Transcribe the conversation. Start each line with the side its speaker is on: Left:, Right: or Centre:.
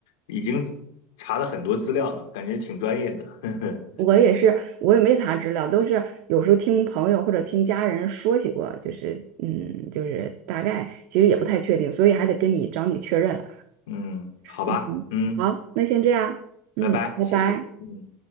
Left: 已经查了很多资料了，感觉挺专业的。<laughs>
Right: 我也是，我也没查资料，都是有时候听朋友或者听家人说起过，就是嗯，就是大概，其实也不太确定，所以还得跟你找你确认。
Left: 嗯，好吧，
Right: 嗯，
Left: 嗯，
Right: 好，那先这样，嗯，
Left: 拜拜，
Right: 拜拜。
Left: 谢谢。嗯。